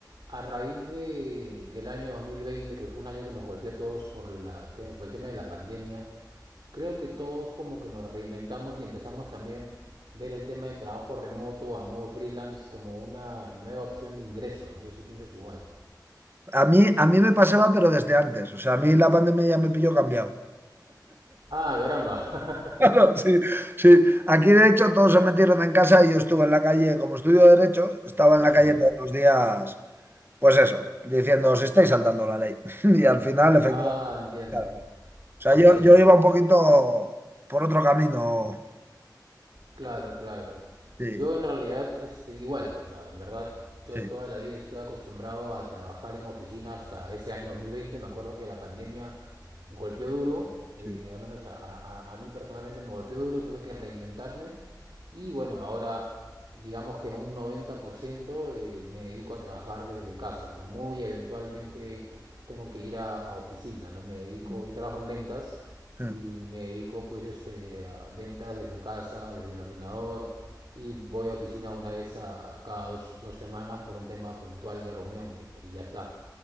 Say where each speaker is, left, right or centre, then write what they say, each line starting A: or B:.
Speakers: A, on the right; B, on the right.
A: a raíz de, del año 2020, que fue un año que nos golpeó a todos por, la, te- por el tema de la pandemia, creo que todos como que nos reinventamos y empezamos también ver el tema del trabajo remoto a modo freelance como una nueva opción de ingreso. No sé si piensas igual.
B: A mí, a mí me pasaba, pero desde antes. O sea, a mí la pandemia ya me pilló cambiado.
A: Ah, caramba. <laughs>
B: Claro, sí, sí. Aquí de hecho todos se metieron en casa y yo estuve en la calle, como estudio de derecho, estaba en la
A: Ya.
B: calle todos los días, pues eso, diciendo, os estáis saltando la ley. <laughs> Y al final, efectivamente,
A: Ah, entiendo.
B: claro, claro. O sea,
A: Ah, entiendo.
B: yo, yo iba un poquito por otro camino.
A: Claro, claro.
B: Sí,
A: Yo en realidad, este, igual, o sea, en verdad, yo
B: sí,
A: toda la vida estoy acostumbrado a trabajar en oficina hasta ese año 2020. Me acuerdo que la pandemia golpeó duro, eh,
B: sí.
A: al menos a, a- a mí personalmente me golpeó duro, tuve que reinventarme. Y bueno, ahora digamos que en un 90% eh, me dedico a trabajar desde casa, ¿no? Muy eventualmente tengo que ir a, a oficina, ¿no? Me dedico,
B: sí,
A: yo trabajo en ventas
B: sí.
A: y me dedico pues este, a ventas desde casa, desde el ordenador y voy a oficina una vez a cada dos, dos semanas por un tema puntual de reunión y, y ya está.